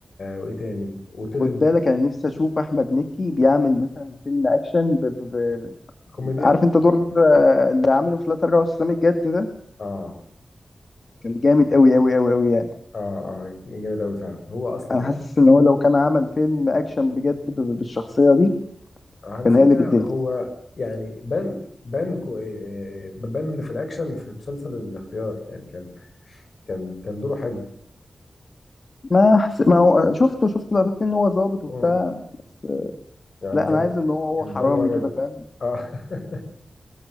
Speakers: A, on the left; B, on the left.
A: وايه تاني وطير
B: <laughs> خد
A: انت
B: بالك انا نفسي اشوف احمد مكي بيعمل مثلا فيلم اكشن ب... ب... ب...
A: كوميديا
B: عارف انت دور آه، اللي عامله في لا تراجع ولا استسلام الجد ده
A: اه
B: كان جامد قوي قوي قوي قوي يعني
A: اه اه جامد قوي فعلا هو اصلا
B: انا
A: جامد
B: حاسس ان هو لو كان عمل فيلم اكشن بجد ب... ب- بالشخصيه دي
A: على
B: كان
A: فكره
B: هيقلب الدنيا
A: هو يعني بان بان كو إيه، بان في الاكشن في مسلسل الاختيار يعني كان كان كان دوره حلو
B: ما حس... ما هو شفته شفت لقطات منه هو ظابط وبتاع
A: امم
B: بس
A: يعني
B: لا
A: كان
B: انا عايز ان هو هو
A: كان
B: حرامي
A: بان هو جد
B: كده فاهم
A: اه <laughs>